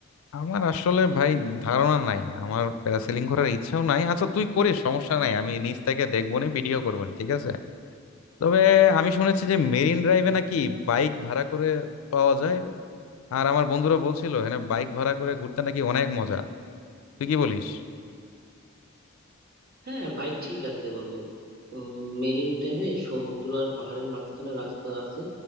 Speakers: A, on the left; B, on the right.
A: আমার আসলে ভাই ধারণা নাই আমার প্যারাসেলিং করার ইচ্ছাও নাই আচ্ছা তুই করিস সমস্যা নাই আমি নিচ থেকে দেখবো নি ভিডিও করবো নি, ঠিক আছে তবে আমি শুনেছি যে মেরিন ড্রাইভে নাকি বাইক ভাড়া করে পাওয়া যায় আর আমার বন্ধুরা বলছিল হ্যাঁ বাইক ভাড়া করে ঘুরতে নাকি অনেক মজা তুই কি বলিস
B: হ্যাঁ বাইক ঠিক আছে বন্ধু মেরিন ড্রাইভে সমুদ্র আর পাহাড়ের মাঝখানে রাস্তা আছে